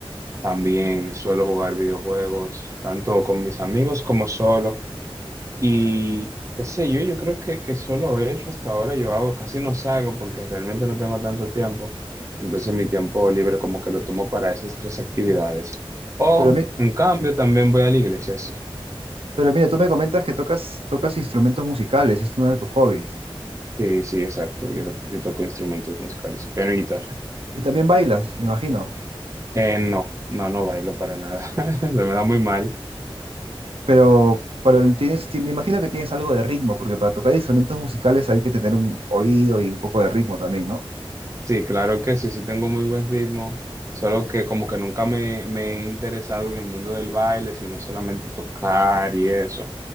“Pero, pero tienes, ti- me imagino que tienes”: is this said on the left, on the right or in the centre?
Right